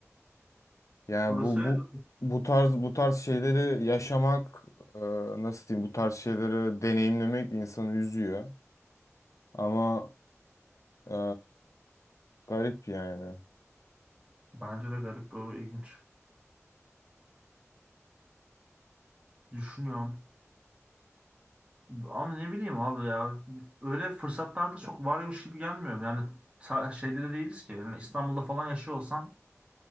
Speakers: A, on the left; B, on the right.
A: Yani
B: Orası
A: bu
B: öyle.
A: bu bu tarz bu tarz şeyleri yaşamak e, nasıl diyeyim bu tarz şeyleri deneyimlemek insanı üzüyor ama e, garip yani.
B: Bence de garip bu ilginç. Düşünüyorum. Ama ne bileyim abi ya. Öyle fırsatlarda çok varmış gibi gelmiyor. Yani sa- şeyde de değiliz ki. Yani İstanbul'da falan yaşıyor olsan